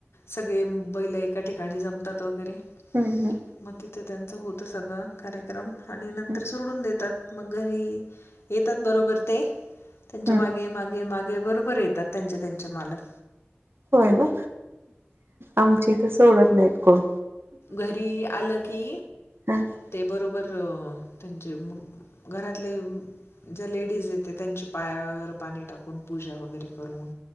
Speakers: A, on the left; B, on the right.
A: सगळे बैल एका ठिकाणी जमतात वगैरे
B: हम्म हम्म
A: मग तिथं त्यांच होत सगळं कार्यक्रम आणि नंतर
B: हम्म
A: सोडून देतात. मग घरी येतात बरोबर ते त्यांच्या
B: हम्म
A: मागे मागे मागे बरोबर येतात त्यांचे त्यांचे मालक
B: होय ना आमची इथ सोडत नाहीत कोण
A: घरी आलं की
B: हा
A: ते बरोबर
B: <inaudible>
A: अ, त्यांचे मग घरातले ज्या लेडीज येते. त्यांची पायावर पाणी टाकून. पूजा वगैरे करून.